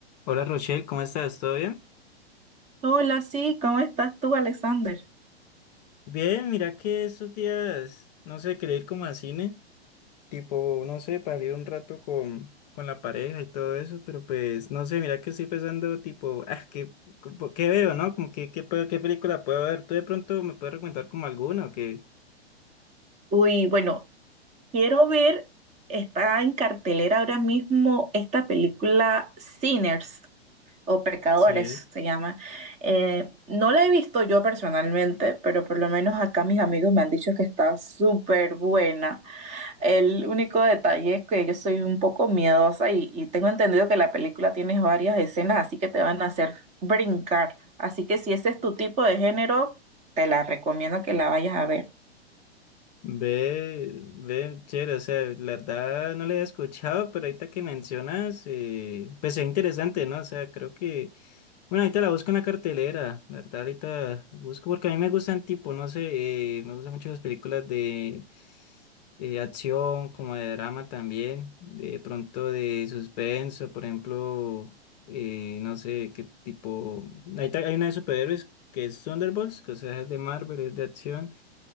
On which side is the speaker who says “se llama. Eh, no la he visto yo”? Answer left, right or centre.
Right